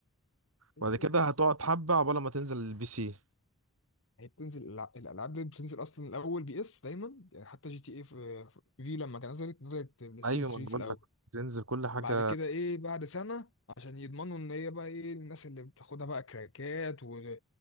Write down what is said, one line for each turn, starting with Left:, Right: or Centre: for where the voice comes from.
Right: بعد
Left: كده
Right: كده
Left: كده
Right: هتقعد
Left: اصلا
Right: حبه عقبال ما تنزل البي سي
Left: هي بتنزل الع- الالعاب دي بتنزل اصلا الاول بي اس دايما يعني حتى جي تي اي في في لما كان نزلت نزلت بلاي
Right: ايوه
Left: ستيشن
Right: ما
Left: 3
Right: انا
Left: في
Right: بقول
Left: الاول
Right: لك تنزل كل حاجه
Left: بعد كده ايه بعد سنه عشان يضمنوا ان هي بقى ايه الناس اللي بتاخدها بقى كراكات و...